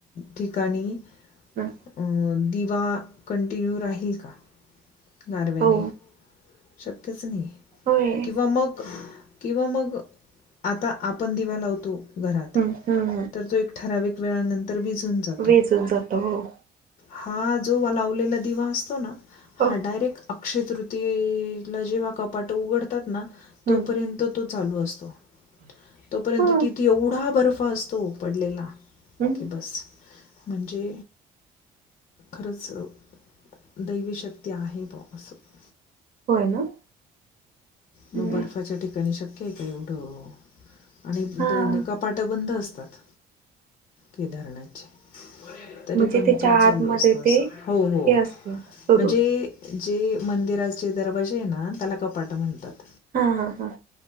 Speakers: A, on the left (about 45°); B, on the right (about 55°).
A: ठिकाणी
B: हम्म
A: अ दिवा कंटिन्यू राहील का? गारव्याने
B: हो
A: शक्यच नाही,
B: होय
A: किंवा मग किंवा मग आता आपण दिवा लावतो, घरात
B: हं, हं,
A: तर तो एक ठराविक वेळानंतर विझून जातो
B: विजून जातो. हो.
A: हा जो लावलेला दिवा असतो ना, हा
B: हो.
A: डायरेक्ट अक्षय तृतीय जेव्हा कपाट उघडतात ना,
B: हं,
A: तोपर्यंत तो चालू असतो. तोपर्यंत
B: हं,
A: तिथे एवढा बर्फ असतो, पडलेला.
B: हं.
A: की बस. म्हणजे खरंच दैवीशक्ती आहे, बा असं
B: हाय ना.
A: मग
B: हं.
A: बर्फाच्या ठिकाणी शक्यय का? एवढं, आणि
B: हां.
A: कपाट बंद अस तात, केदाारनाथचे. तरी
B: म्हणजे
A: पण
B: त्याच्या
A: तो चालू
B: आतमध्ये
A: असतो अस,
B: ते
A: हो हो
B: हे असतं सुरू
A: म्हणजे जे मंदिराचे दरवाजेय ना, त्याला कपाट म्हणतात.
B: ह ह ह.